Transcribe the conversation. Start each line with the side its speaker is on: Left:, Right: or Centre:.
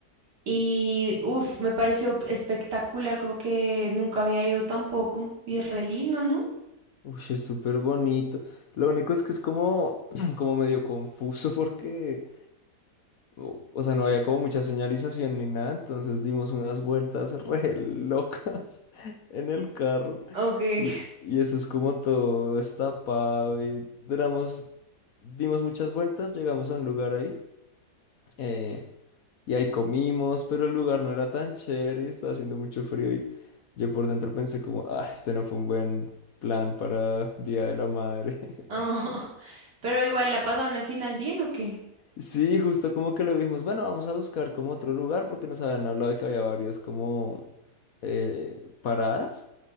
Right: y uff, me pareció espectacular, como que nunca había ido tampoco. Y es re lindo, ¿no?
Left: Uy, es súper bonito. Lo único es que es como, <clears throat> como medio confuso porque o o sea, no había como mucha señalización ni nada, entonces dimos unas vueltas re locas <laughs> en el carro
Right: Ok. <laughs>
Left: y, y eso es como todo destapado y duramos, dimos muchas vueltas, llegamos a un lugar ahí eh, y ahí comimos, pero el lugar no era tan chévere y estaba haciendo mucho frío y yo por dentro pensé como, ah, este no fue un buen plan para Día de la Madre. <laughs>
Right: Ah, pero igual, ¿la pasaron al final bien o qué?
Left: Sí, justo como que lo vimos. Bueno, vamos a buscar como otro lugar porque nos habían hablado de que había varias como eh, paradas.